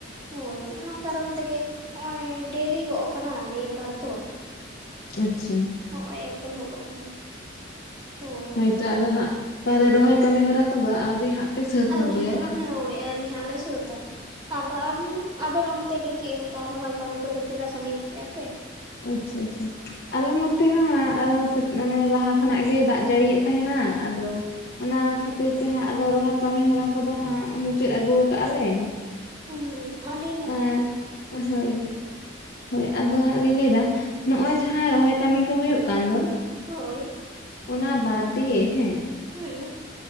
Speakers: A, on the right; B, on the left.
A: ᱦᱳᱭ ᱚᱱᱟ ᱠᱟᱨᱚᱱ ᱛᱮᱜᱮ ᱦᱚᱜ-ᱚᱭ ᱰᱮᱨᱤ ᱜᱚᱜ ᱟᱠᱟᱱᱟ ᱱᱤᱭᱟᱹ ᱵᱟᱨ ᱫᱚ᱾
B: ᱟᱪᱪᱷᱟ
A: ᱦᱚᱜ-ᱚᱭ ᱮᱛᱚᱦᱚᱵ ᱟᱠᱟᱱᱟ, ᱦᱳᱭ
B: ᱦᱳᱭᱛᱚ ᱟᱫᱚ ᱦᱟᱸᱜ ᱛᱟᱦᱞᱮ ᱨᱚᱦᱚᱭ ᱠᱟᱹᱢᱤ ᱦᱚᱨᱟ ᱠᱚᱫᱚ ᱟᱹᱣᱨᱤ ᱦᱟᱸᱜ ᱯᱮ ᱥᱟᱹᱛ
A: ᱟᱹᱣᱨᱤ
B: ᱟᱹᱜᱩᱭᱟ ᱵᱟᱝ
A: ᱦᱩᱸᱳᱭ ᱟᱹᱣᱨᱤ ᱦᱟᱸᱜ ᱞᱮ ᱥᱟᱹᱛᱟ ᱟᱫᱚ ᱟᱢᱦᱚ ᱟᱵᱮᱱ ᱚᱱᱛᱮ ᱜᱮ ᱪᱮᱫ ᱞᱮᱠᱟ ᱨᱚᱦᱚᱭ ᱠᱟᱹᱢᱤ ᱠᱚᱫᱚ ᱛᱤᱱᱟᱹᱜ ᱥᱟᱺᱜᱤᱧ ᱠᱮᱜ-ᱟ ᱯᱮ?
B: ᱟᱪᱪᱷᱟ ᱟᱪᱷᱟ ᱟᱞᱮ ᱱᱚᱛᱮ ᱦᱚᱸ ᱢᱟᱱᱮ ᱞᱟᱦᱟ ᱠᱷᱚᱱᱟᱜ ᱜᱮᱭ ᱫᱟᱜ ᱡᱟᱹᱲᱤᱭᱮᱫ ᱛᱟᱦᱮᱱᱟ ᱟᱫᱚ ᱚᱱᱟ ᱠᱷᱟᱹᱛᱤᱨ ᱛᱮ ᱦᱟᱸᱜ ᱟᱫᱚ ᱨᱚᱦᱚᱭ ᱠᱟᱹᱢᱤ ᱦᱚᱨᱟ ᱠᱚᱫᱚ ᱦᱟᱸᱜ ᱢᱩᱪᱟᱹᱫ ᱟᱹᱜᱩ ᱠᱟᱜ-ᱟ ᱞᱮ᱾
A: ᱩᱦᱩ ᱟᱰᱤ
B: ᱟ ᱦᱳᱭ ᱦᱳᱭ ᱦᱳᱭ ᱟᱫᱚ ᱦᱟᱸᱜ ᱞᱤᱧ ᱞᱟᱹᱭᱫᱟ ᱱᱚᱜ-ᱚᱭ ᱡᱟᱦᱟᱸ ᱨᱚᱦᱚᱭ ᱠᱟᱹᱢᱤ ᱠᱚ ᱦᱳᱭᱳᱜ ᱠᱟᱱ ᱫᱚ
A: ᱦᱳᱭ
B: ᱚᱱᱟ ᱵᱟᱫᱽ ᱫᱤᱭᱮ ᱦᱮᱸ
A: ᱦᱮᱸ